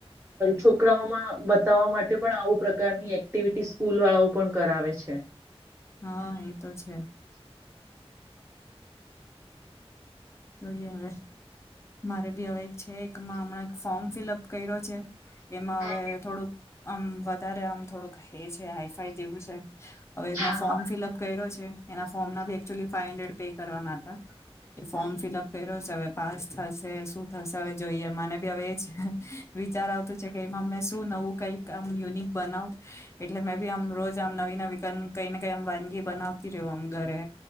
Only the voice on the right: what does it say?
છોકરાઓમાં બતાવવા માટે પણ આવું પ્રકારની એક્ટિવિટી સ્કૂલવાળાઓ પણ કરાવે છે
હા
હા
હા